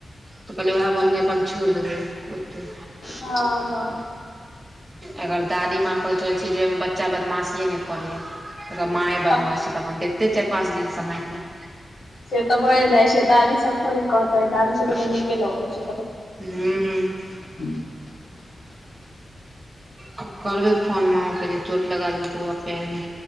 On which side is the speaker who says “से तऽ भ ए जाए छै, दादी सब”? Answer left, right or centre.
Left